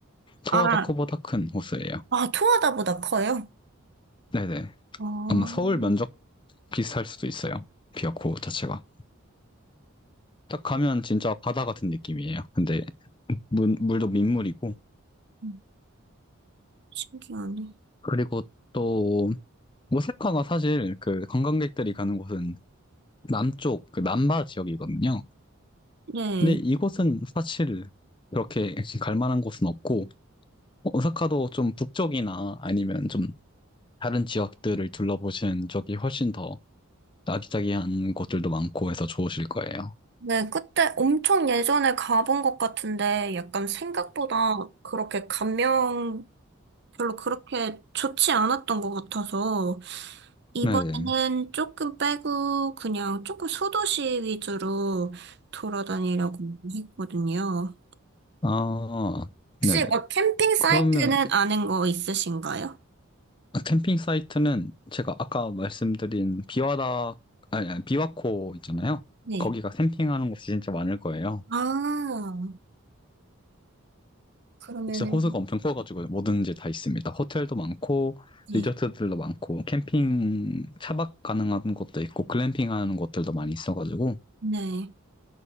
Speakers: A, on the left; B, on the right.
A: 토하다코보다
B: 아,
A: 큰 호수예요.
B: 아, 토하다보다 커요?
A: 네네.
B: 어, 음,
A: 아마 서울 면적 비슷할 수도 있어요. 비와코 자체가. 딱 가면 진짜 바다 같은 느낌이에요. 근데 물, 물도 민물이고.
B: 음, 신기하네.
A: 그리고 또 오사카가 사실 그 관광객들이 가는 곳은 남쪽, 그 남바 지역이거든요.
B: 네.
A: 근데 이곳은 사실 그렇게 갈 만한 곳은 없고, 어, 오사카도 좀 북쪽이나 아니면 좀 다른 지역들을 둘러보신 적이 훨씬 더 아기자기한 곳들도 많고 해서 좋으실 거예요.
B: 네, 그때 엄청 예전에 가본 것 같은데 약간 생각보다 그렇게 감명 별로 그렇게 좋지 않았던 것 같아서. 이번에는
A: 네네.
B: 조금 빼고 그냥 조금 소도시 위주로 돌아다니려고 했거든요.
A: 아,
B: 혹시
A: 네네.
B: 뭐 캠핑 사이트는
A: 그러면,
B: 아는 거 있으신가요?
A: 캠핑 사이트는 제가 아까 말씀드린 비와다, 아니, 아니, 비와코 있잖아요.
B: 네.
A: 거기가 캠핑하는 곳이 진짜 많을 거예요.
B: 아, 그러면은,
A: 진짜 호수가 엄청 커가지고 뭐든지 다 있습니다. 호텔도 많고,
B: 네.
A: 리조트들도 많고, 캠핑 차박 가능한 곳도 있고, 글램핑 하는 곳들도 많이 있어가지고,
B: 네.